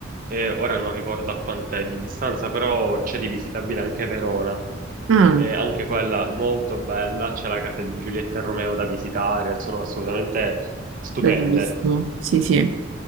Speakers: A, on the right (about 45°); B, on the right (about 80°).
A: eh, ora non ricordo a quant'è di distanza, però c'è di visitabile anche Verona,
B: Ah,
A: Eh, anche quella molto bella, c'è la casa di Giulietta e Romeo da visitare, sono assolutamente stupende.
B: bellissimo. Sì, sì.